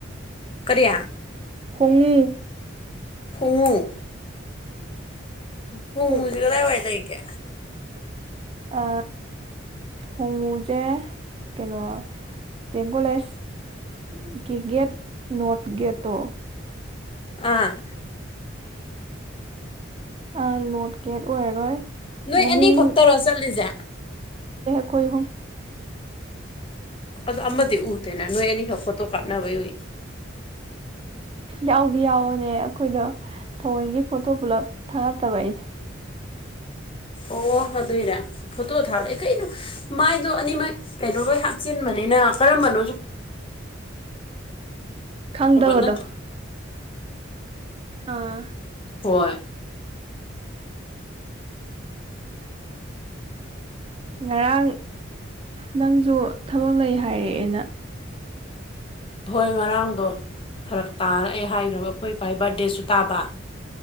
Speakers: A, on the left; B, on the right.
A: ꯀꯔꯤ
B: ꯐꯣꯡꯉꯨ
A: ꯈꯣꯡꯉꯨ ꯈꯣꯡꯉꯨ
B: ꯍꯣꯡ-
A: ꯀꯗꯥ ꯋꯥꯏ ꯇꯏ ꯀꯦ
B: ꯑ ꯍꯣꯡꯉꯨꯁꯦ ꯀꯩꯅꯣ ꯇꯦꯡꯀꯣꯂꯦꯖꯀꯤ ꯒꯦꯠ ꯅꯣꯔꯠ ꯒꯦꯠꯇꯣ
A: ꯑ
B: ꯑ ꯅꯣꯠ ꯒꯦꯠ ꯑꯣꯏꯔꯔꯣꯏ
A: ꯅꯣꯏ
B: ꯃꯅꯤꯡ
A: ꯑꯅꯤꯈꯛꯇꯔꯣ ꯆꯠꯂꯤꯁꯦ
B: ꯀꯈꯣꯏ ꯍꯨꯝ
A: ꯑꯗꯣ ꯑꯃꯗꯤ ꯊꯅ ꯅꯣꯏ ꯑꯦꯅꯤ ꯍꯥ ꯐꯣ ꯀꯥꯞꯅꯕꯏ
B: ꯌꯥꯎꯗꯤ ꯌꯥꯎꯋꯅꯦ ꯑꯩꯈꯣꯏꯗꯣ ꯊꯑꯣꯣꯏꯒꯤ ꯐꯣꯇꯣ ꯄꯨꯜꯂꯞ ꯊꯥꯒꯠꯇꯕ ꯑꯩꯅꯦ
A: ꯑꯣ ꯑꯗꯨꯏꯔ ꯐꯣꯇꯣ ꯊꯥꯔꯛꯑꯦ ꯀꯩꯅꯣ ꯃꯥꯏꯗꯣ ꯑꯅꯤꯃꯛ ꯀꯩꯅꯣ ꯂꯣꯏ ꯍꯥꯞꯆꯤꯟꯕꯅꯤꯅ ꯀꯔꯝꯕꯅꯣꯁꯨ
B: ꯈꯪꯗꯕꯗꯣ
A: ꯈꯪꯗꯕ ꯅꯠꯇ꯭ꯔ
B: ꯑꯥ
A: ꯍꯣꯏ
B: ꯉꯔꯥꯡ ꯅꯪꯁꯨ ꯊꯕꯛ ꯂꯩ ꯍꯥꯏꯔꯛꯑꯦꯅ
A: ꯍꯣꯏ ꯉꯔꯥꯡꯗꯣ ꯐꯔꯛ ꯇꯥꯔ ꯑꯩ ꯍꯥꯏꯈ꯭ꯔꯕ ꯑꯩꯈꯣꯏ ꯏꯄꯥꯏ ꯕꯥꯔꯗꯦꯁꯨ ꯇꯥꯕ